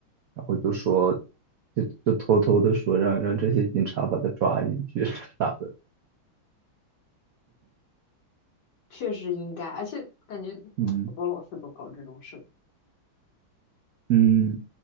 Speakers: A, on the right; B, on the left.
A: 然后就说，就就偷偷的说让让这些警察把他抓进去 <laughs> 啥的，
B: 确实应该，而且感觉 <tsk>
A: 嗯
B: 好多老师都搞这种事
A: 嗯。